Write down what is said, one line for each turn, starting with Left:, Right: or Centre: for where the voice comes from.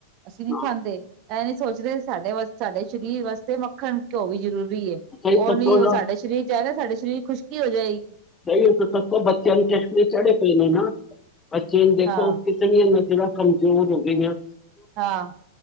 Right: ਅਸੀਂ ਨੀ
Left: ਹਾਂ
Right: ਖਾਂਦੇ ਇਹ ਨੀ ਸੋਚ ਸਾਡੇ ਵਾਸ ਸਾਡੇ ਸਰੀਰ ਵਾਸਤੇ ਮੱਖਣ ਘਿਓ ਵੀ ਜ਼ਰੂਰ ਏ
Left: ਕਈ
Right: ਉਹ
Left: ਤੱਕੋ
Right: ਨੀ ਉਹ
Left: ਨਾ
Right: ਸਾਡਾ ਸਰੀਰ ਚਦਾ ਸਾਡੇ ਸ਼ਰੀਰ ਖੁਸ਼ਕੀ ਹੋ ਜਾਏਗੀ
Left: ਕਹੀ ਸਤ ਬੱਚਿਆਂ ਇੰ ਟਸ ਚੜੇ ਕੋਈ ਨੇ ਨਾ ਅੱਚੀ ਦੇਖੋ
Right: ਹਾਂ
Left: ਕਿਤਨੀ ਹੈ ਮ ਜਿਹੜਾ ਕਮਜ਼ੋਰ ਹੋਵੇ ਗਿਆ
Right: ਹਾਂ